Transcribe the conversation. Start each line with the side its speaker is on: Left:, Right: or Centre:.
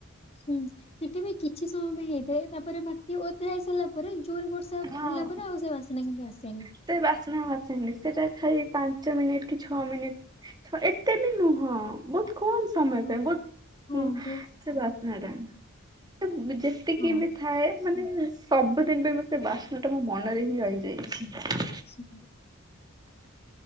Left: ହୁଁ ସେଠି ବି କିଛି ସମୟ ପାଇଁ ହେଇଥାଏ ତାପରେ ମାଟି ଓଦା ହେଇ ସାରିଲା ପରେ ଜୋର ବୋର୍ଷା
Right: ହଁ
Left: ହେଲା ପରେ ଆଉ ସେ ବାସନା କିନ୍ତୁ ଆସେନି।
Right: ସେ ବାସ୍ନା ଆଉ ଆସେନି ସେଟା ଖାଲି ପାଞ୍ଚ ମିନିଟ୍ କି ଛଅ ମିନିଟ୍ ଏତେ ବି ନୁହଁ ବହୁତ କମ ସମୟ
Left: ହଁ
Right: ପାଇଁ ବହୁତ
Left: ହଁ ବୋ
Right: ସେ ବାସ୍ନାଟା ଯେ ତିକି
Left: ହଁ
Right: ବି ଥାଏ ମାନେ ସବୁଦିନ ପାଇଁ ମୁଁ ସେ ବାସ୍ନା ଟା ମୋ ମନରେ ହିଁ ରହିଯାଇଛି।
Left: <inaudible>